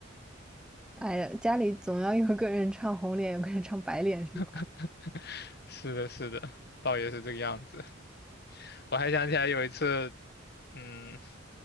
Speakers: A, in the centre; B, on the left.
A: 哎呀，家里总要有个人唱红脸，有个人唱白脸是吗？
B: <laughs> 是的，是的，倒也是这个样子。我还想起来有一次，嗯，